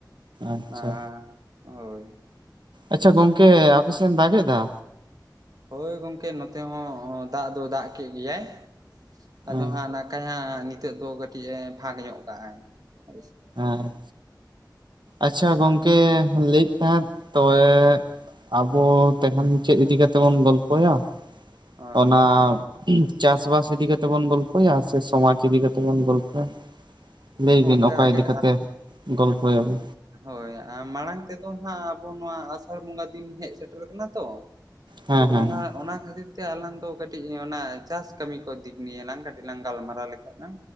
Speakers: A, on the right (about 85°); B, on the right (about 55°).
A: ᱟᱪᱪᱷᱟ
B: ᱟ ᱦᱳᱭ᱾
A: ᱟᱪᱪᱷᱟ ᱜᱚᱝᱠᱮ ᱟᱯᱮ ᱥᱮᱜ ᱫᱟᱜ ᱮᱫᱟ?
B: ᱦᱳᱭ ᱜᱚᱝᱠᱮ ᱱᱚᱛᱮ ᱦᱚᱸ ᱫᱟᱜ ᱫᱚ ᱫᱟᱜ ᱠᱮᱜ ᱜᱮᱭᱟᱭ᱾ ᱟᱫᱚ
A: ᱦᱮᱸ
B: ᱦᱟᱸᱜ ᱱᱟᱠᱟᱭ ᱦᱟᱸᱜ ᱱᱤᱛᱚᱜ ᱫᱚ ᱠᱟᱹᱴᱤᱡ ᱮ ᱯᱷᱟᱸᱠ ᱧᱚᱜ ᱠᱟᱜᱟᱭ ᱦᱳᱭ ᱥᱮ᱾
A: ᱟᱪᱪᱷᱟ, ᱟᱪᱪᱷᱟ ᱜᱚᱝᱠᱮ ᱞᱟᱹᱭᱮᱫ ᱛᱟᱦᱮᱸᱫ ᱛᱚᱵᱮ ᱟᱵᱚ ᱛᱮᱵᱚᱱ ᱪᱮᱫ ᱤᱫᱤ ᱠᱟᱛᱮ ᱵᱚᱱ ᱜᱚᱞᱯᱚᱭᱟ
B: ᱦᱳᱭ
A: ᱚᱱᱟ ᱪᱟᱥᱵᱟᱥ ᱤᱫᱤ ᱠᱟᱛᱮ ᱵᱚᱱ ᱜᱚᱞᱯᱚᱭᱟ ᱥᱮ ᱥᱚᱢᱟᱡᱽ ᱤᱫᱤ ᱠᱟᱛᱮ ᱵᱚᱱ ᱜᱚᱞᱯᱚᱭᱟ? ᱞᱟᱹᱭ
B: ᱜᱚᱝᱠᱮ
A: ᱵᱤᱱ ᱚᱠᱟ
B: ᱟᱜᱮ
A: ᱤᱫᱤ ᱠᱟᱛᱮ ᱜᱚᱞᱯᱚᱭᱟᱵᱩ?
B: ᱦᱳᱭ ᱟᱨ ᱢᱟᱲᱟᱝ ᱛᱮᱫᱚ ᱦᱟᱸᱜ ᱟᱵᱚ ᱱᱚᱣᱟ ᱟᱥᱟᱲ ᱵᱚᱸᱜᱟ ᱫᱤᱱ ᱦᱮᱡ ᱥᱮᱴᱮᱨ ᱠᱟᱱᱟ ᱛᱚ
A: ᱦᱮᱸ
B: ᱛᱳ
A: ᱦᱮᱸ
B: ᱚᱱᱟ
A: ᱦᱮᱸ
B: ᱚᱱᱟ ᱠᱷᱟᱹᱛᱤᱨ ᱛᱮ ᱟᱞᱟᱝ ᱫᱚ ᱠᱟᱹᱴᱤᱡ ᱚᱱᱟ ᱪᱟᱥ ᱠᱟᱹᱢᱤ ᱠᱚ ᱫᱤᱠ ᱱᱤᱭᱮᱞᱟᱝ ᱠᱟᱹᱴᱤᱡ ᱞᱟᱝ ᱜᱟᱞᱢᱟᱨᱟᱣ ᱞᱮᱠᱷᱟᱡ ᱞᱟᱝ